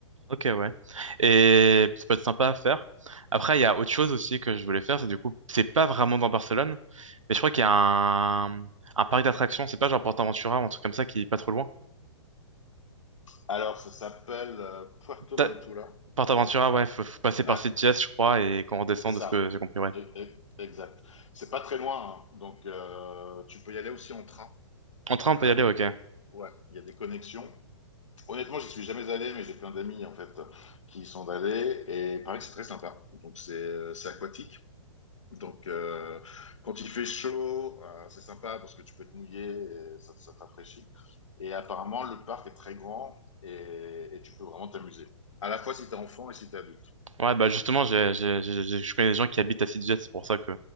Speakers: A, on the right; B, on the left.
A: Ok, ouais. Et ça peut être sympa à faire. Après, il y a autre chose aussi que je voulais faire, c'est du coup, c'est pas vraiment dans Barcelone, mais je crois qu'il y a un, un parc d'attractions, c'est pas genre PortAventura ou un truc comme ça qui est pas trop loin.
B: Alors, ça s'appelle euh, Puerto
A: Ta-
B: Ventura.
A: PortAventura, ouais, faut, faut passer par
B: Ouais,
A: Sitges, je crois, et qu'on redescend
B: c'est ça.
A: de ce que j'ai compris, ouais.
B: E, e, Exact. C'est pas très loin, hein. donc euh, tu peux y aller aussi en train.
A: En train, on
B: Ah,
A: peut y aller,
B: Il
A: ok.
B: y a des... Ouais, il y a des connexions. Honnêtement, j'y suis jamais allé, mais j'ai plein d'amis en fait qui y sont allés et il paraît que c'est très sympa. Donc c'est euh, c'est aquatique. Donc euh, quand il fait chaud, euh, c'est sympa parce que tu peux te mouiller, et ça, ça te rafraîchit. Et apparemment, le parc est très grand et, et tu peux vraiment t'amuser. À la fois si t'es enfant et si t'es adulte.
A: Ouais, bah justement, j'ai, j'ai- j'ai- j'ai- je connais des gens qui habitent à Sitges, c'est pour ça que